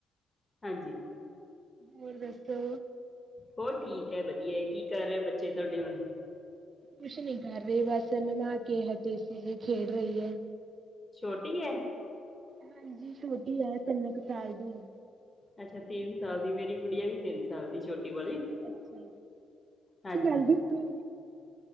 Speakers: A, on the left; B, on the right.
A: ਹਾਂਜੀ
B: ਹੋਰ ਦੱਸੋ
A: ਹੋਰ ਠੀਕ ਹੈ ਵਧੀਆ ਕੀ ਕਰ ਰਹੇ ਬੱਚੇ ਤੁਹਾਡੇ ਹੁਣ
B: ਕੁਛ ਨੀ ਕਰ ਰਹੇ ਬਸ ਨਹਾ ਕੇ ਹਟੀ ਤੇਸ਼ਜ਼ ਖੇਡ ਰਹੀ ਹੈ
A: ਛੋਟੀ ਹੈ
B: ਹਾਂਜੀ ਛੋਟੀ ਹੈ ਤਿੰਨ ਕੁ ਸਾਲ ਦੀ ਏ
A: ਅੱਛਾ ਤਿੰਨ ਸਾਲ ਦੀ ਮੇਰੀ ਗੁੜੀਆਂ ਵੀ ਤਿੰਨ ਸਾਲ ਦੀ ਛੋਟੀ ਵਾਲੀ
B: ਅਛਾ,
A: ਹਾਂਜੀ
B: ਜ਼ਲਦੀ ਹੋਣੀ